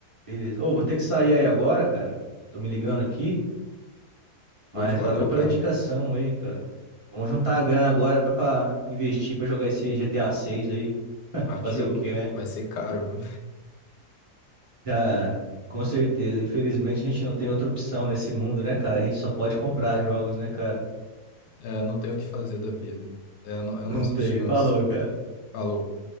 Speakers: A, on the right; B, on the left.
A: Beleza. Ô, vou ter que sair aí agora, cara. Tô me ligando aqui. Mas
B: Pois valeu,
A: valeu pela
B: cara.
A: indicação aí, cara. Vamos juntar a grana agora pra investir, pra jogar esse GTA 6 aí.
B: Partiu.
A: Fazer o quê, né?
B: Vai ser caro, viu?
A: Ah, com certeza. Infelizmente a gente não tem outra opção nesse mundo, né, cara? A gente só pode comprar jogos, né, cara?
B: É, não tem o que fazer da vida. É, no- é
A: Não
B: o nosso
A: tem.
B: descanso.
A: Falou, cara.
B: Falou.